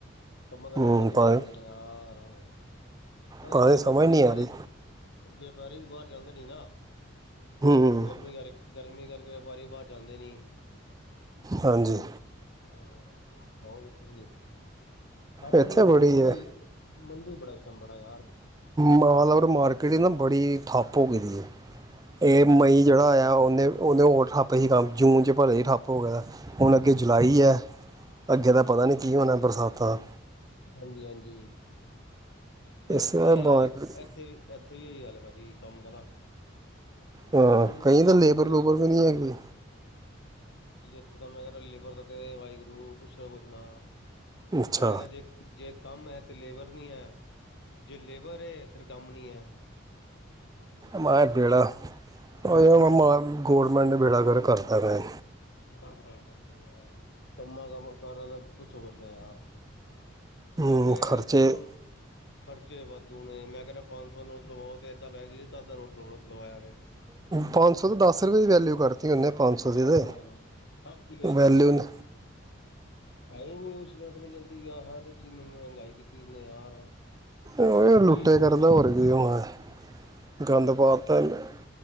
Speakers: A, on the left; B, on the right.
A: ਕੰਮਾਂ ਕਾਰਾ
B: ਹੂੰ
A: ਦੇ ਬੜੇ ਬੁਰੇ
B: ਭਾਵੇਂ
A: ਹਾਲ ਹੋ ਗਏ ਨੇ ਯਾਰ ਹਾਂ ਹਾਂ। ਪਹਿਲੇ
B: ਭਾਵੇਂ
A: ਕਦੇ
B: ਸਮਝ
A: ਵਪ
B: ਨਹੀਂ
A: ਵਪਾਰੀ
B: ਆ ਰਹੀ
A: ਵਪਾਰੀ ਵੀ ਬਾਹਰ ਜਾਂਦੇ ਨੀ ਨਾ।
B: ਹੂੰ
A: ਗਰਮੀ ਕਰਕੇ। ਗਰਮੀ ਕਰਕੇ ਵਪਾਰੀ ਬਾਹਰ ਜਾਂਦੇ ਨੀ।
B: ਹਾਂਜੀ।
A: ਹਾਂ ਹੋਰ ਸੁਣਾਓ ਤੁਸੀਂ। ਹਰ ਪਾਸੇ
B: ਇੱਥੇਂ ਬੜੀ
A: ਬੰਦੇ
B: ਹੈਂ।
A: ਹੀ ਮੰਦੇ ਹੀ ਬੜਾ ਇਸ ਟਾਈਮ ਬੜਾ ਯਾਰ
B: ਮਾਲਵਰ ਮਾਰਕੀਟ ਏਂ ਨਾ ਬੜੀ। ਠੱਪ ਹੋ ਗਈ ਦੀ ਏ। ਇਹ ਮਈ ਜਿਹੜਾ ਆਇਆਂ ਉਹਨੇ। ਉਦੋਂ ਉਹ ਠੱਪ ਸੀ ਹੀ ਕੰਮ, ਜੂਨ ਚ ਪਰ ਇਹ ਠੱਪ ਹੋ ਗਿਆ। ਹੁਣ ਅੱਗੇ ਜੁਲਾਈ
A: ਹੂੰ
B: ਐਂ, ਅੱਗੇ ਤਾਂ ਪਤਾਂ ਨੀਂ ਕੀ ਹੋਣਾਂ ਬਰਸਾਤਾਂ।
A: ਹਾਂਜੀ-ਹਾਂਜੀ।
B: ਇਸ
A: ਇੱਥੇ
B: ਮਾਰਕੀਟ
A: ਵੀ ਇਹੀ ਹਾਲ ਐਂ, ਇੱਥੇ ਵੀ ਇੱਥੇ ਵੀ ਇਹੀ ਹਾਲ ਐਂ ਭਾਜੀ। ਕੰਮ ਕਰਾਂ।
B: ਹਾਂ ਕਈ
A: ਜਿਹੜਾ
B: ਤਾਂ ਲੇਬਰ ਲੂਬਰ ਵੀ ਨੀਂ ਹੈਗੀ।
A: ਕੁਛ ਤਾਂ ਮੈਂ ਕਿਹਾ ਲੇਬਰ ਦਾ ਪਵੇ ਵਾਹਿਗੁਰੂ ਕੁਛ ਨਾ ਕੁਛ ਨਾ।
B: ਅੱਛਾ
A: ਮੈਂ ਕਹਿੰਦਾਂ ਜੇ, ਜੇ ਕੰਮ ਹੈਂ ਤੇ ਲੇਬਰ। ਨੀ ਐਂ, ਜੇ ਲੇਬਰ ਹੈ ਫਿਰ ਕੰਮ ਨੀ ਹੈ।
B: ਮਾਏ ਬੇਹੜਾ, ਉਹ ਗੋਰਮੈਂਨਟ ਨੇਂ ਬੇਹੜਾ ਕਰਕ ਕਰਤਾ ਪਿਆ।
A: ਉਹ ਯਾਰ ਕੰਮਾਂ ਕੰਮ ਕਾਰਾ ਦਾ ਪੁੱਛੋ ਕੁਛ ਨਾ ਯਾਰ।
B: ਹੂੰ
A: ਬਾਹ ਪੈਸੇ
B: ਖਰਚੇ
A: ਤੁੜਨ ਖ਼ਰਚੇ ਵਾਧੂ ਨੇਂ ਮੈਂ ਕਹਿੰਦਾਂ ਪੰਜ ਸੌ ਨੋਟ ਲਵੋ ਤੇ ਏਦਾਂ ਪੈਦਾ ਜਿੰਦਾਂ ਦੱਸ ਦਾ ਨੋਟ ਲਵਾਇਆ ਪਿਆ।
B: ਪੰਜ ਸੌ ਤੋਂ ਦਸ ਰੁਪਏ ਦੀ ਵੈਲਿਊ ਕਰਤੀ ਉਹਨੇ। ਪੰਜ
A: ਹਾਂ
B: ਸੌ ਦੀ ਤੇ,
A: ਦਸ ਦੀ ਵੈਲੂ
B: ਵੈਲਿਊ
A: ਏ
B: ਨੀ।
A: ਹੈ ਨੀ ਕੁਛ <unintelligible> ਗਿਆ ਹੈ ਤੇ। ਜਿਵੇਂ ਮਹਿਗਾਈ ਕੀਤੀ ਏਨੇ ਯਾਰ।
B: ਉਹ ਲੁੱਟੇ
A: ਕੀ
B: ਕਰਦਾਂ, ਹੋਰ ਕੀ ਹੋਣਾਂ, ਗੰਦ ਪਾ ਤਾਂ ਇਹਨੇ।